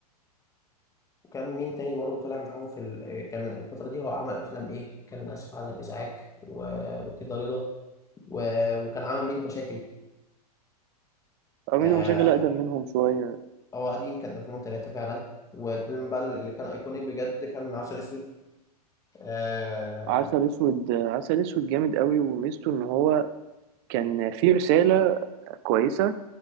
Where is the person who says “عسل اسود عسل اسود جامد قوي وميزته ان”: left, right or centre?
Right